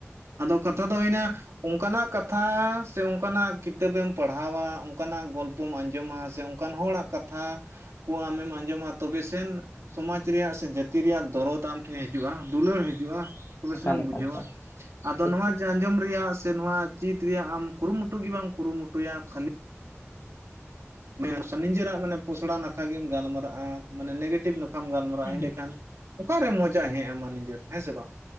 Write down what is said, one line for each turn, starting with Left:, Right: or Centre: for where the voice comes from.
Right: ᱟᱫᱚ ᱠᱟᱛᱷᱟ ᱫᱚ ᱦᱩᱭᱱᱟ ᱚᱱᱠᱟᱱᱟᱜ ᱠᱟᱛᱷᱟ ᱥᱮ ᱚᱱᱠᱟᱱᱟᱜ ᱠᱤᱛᱟᱹᱵᱮ ᱮᱢ ᱯᱟᱲᱦᱟᱣᱟ ᱚᱱᱠᱟᱱᱟᱜ ᱜᱚᱞᱯᱚᱢ ᱟᱸᱡᱚᱢᱟ ᱥᱮ ᱚᱱᱠᱟᱱ ᱦᱚᱲᱟᱜ ᱠᱟᱛᱷᱟ ᱠᱚ ᱟᱢᱮᱢ ᱟᱸᱡᱚᱢᱟ ᱛᱚᱵᱮ ᱥᱮᱱ ᱥᱚᱢᱟᱡᱽ ᱨᱮᱭᱟᱜ ᱥᱮ ᱡᱟᱹᱛᱤ ᱨᱮᱭᱟᱜ ᱫᱚᱨᱚᱫ ᱟᱢ ᱴᱷᱮᱱ ᱦᱤᱡᱩᱜᱼᱟ, ᱫᱩᱞᱟᱹᱲ ᱦᱤᱡᱩᱜᱼᱟ᱾ ᱛᱚᱵᱮ
Left: ᱮᱠᱟᱞ
Right: ᱥᱮᱱᱮᱢ
Left: ᱮᱠᱟᱞ
Right: ᱵᱩᱡᱷᱟᱹᱣᱟ
Left: ᱮᱠᱟᱞ
Right: ᱟᱫᱚ
Left: ᱴᱷᱤᱠ
Right: ᱱᱚᱣᱟ
Left: ᱴᱷᱤᱠ
Right: ᱟᱸᱡᱚᱢ ᱨᱮᱭᱟᱜ ᱥᱮ ᱱᱚᱣᱟ ᱪᱤᱛ ᱨᱮᱭᱟᱜ ᱟᱢ ᱠᱩᱨᱩᱢᱩᱴᱩ ᱜᱮ ᱵᱟᱢ ᱠᱩᱨᱩᱢᱩᱴᱩᱭᱟ ᱠᱷᱟᱹᱞᱤ <inaudible> ᱱᱤᱡᱮᱨᱟᱜ ᱢᱟᱱᱮ ᱯᱚᱥᱲᱟ ᱱᱟᱠᱷᱟ ᱜᱮᱢ ᱜᱟᱞᱢᱟᱨᱟᱜᱼᱟ, ᱢᱟᱱᱮ ᱱᱮᱜᱮᱴᱤᱵᱷ ᱱᱟᱠᱷᱟ᱾ ᱜᱟᱞᱢᱟᱨᱟᱜᱼᱟ,
Left: ᱦᱩᱸ
Right: ᱮᱸᱰᱮᱠᱷᱟᱱ ᱚᱠᱟᱨᱮ ᱢᱚᱡᱟ ᱦᱮᱡᱼᱟᱢᱟ ᱱᱤᱡᱮᱨ ᱦᱮᱸ ᱥᱮ ᱵᱟᱝ᱾